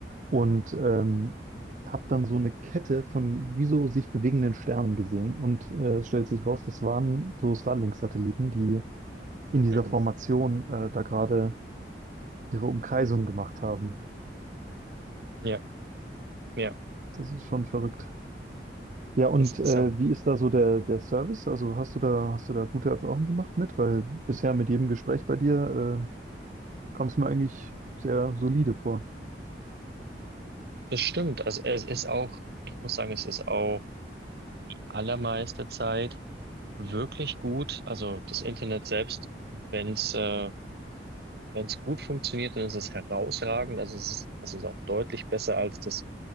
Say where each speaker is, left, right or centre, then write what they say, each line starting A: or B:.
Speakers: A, on the right; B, on the right.
A: Und ähm, habe dann so eine Kette von wie so sich bewegenden Sternen gesehen. Und äh, es stellt sich raus, das waren so Starlink-Satelliten, die in dieser
B: Mhm.
A: Formation äh, da gerade ihre Umkreisung gemacht haben.
B: Ja, ja,
A: Das ist schon verrückt. Ja, und
B: das ist
A: äh,
B: auch,
A: wie ist da so der, der Service? Also hast du da, hast du da gute Erfahrungen gemacht mit? Weil bisher mit jedem Gespräch bei dir äh, kam es mir eigentlich sehr solide vor.
B: das stimmt. Also es ist auch, ich muss sagen, es ist auch die allermeiste Zeit wirklich gut. Also das Internet selbst, wenn's äh, Wenn es gut funktioniert, dann ist es herausragend. Also es ist, es ist auch deutlich besser als das